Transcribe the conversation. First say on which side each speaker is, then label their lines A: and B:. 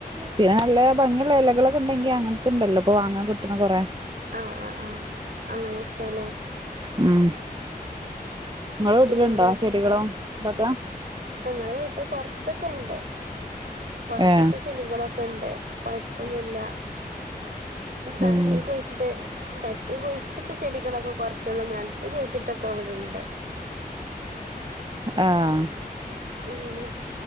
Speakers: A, on the right (about 30°); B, on the right (about 65°).
A: പിന്നെ നല്ല ഭംഗിയുള്ള ഇലകളൊക്കെ ണ്ടെങ്കിൽ അങ്ങനത്തണ്ടല്ലോ ഇപ്പൊ വാങ്ങാൻ കിട്ടണ കുറെ
B: ആഹ് ആഹ് ആഹ് അങ്ങനെച്ചാല്
A: ഉം ങ്ങളെ വീട്ടിലുണ്ടോ
B: പിന്നെന്താ
A: ചെടികളോ ഇതൊക്കെ
B: ഞങ്ങളെ വീട്ടിൽ കൊറച്ചൊക്കെണ്ട് കൊറച്ചൊക്കെ
A: ഏ
B: ചെടികളൊക്കെണ്ട് കൊഴപ്പൊന്നുല്ല ചട്ടി
A: ഉം
B: കൊഴിച്ചിട്ട് ചട്ടി കുഴിച്ചിട്ട് ചെടികളൊക്കെ കൊറച്ചോളം നിലത്ത് കുഴിച്ചിട്ടൊക്കെ വിടെണ്ട്
A: ആഹ്
B: ങ്ങനെ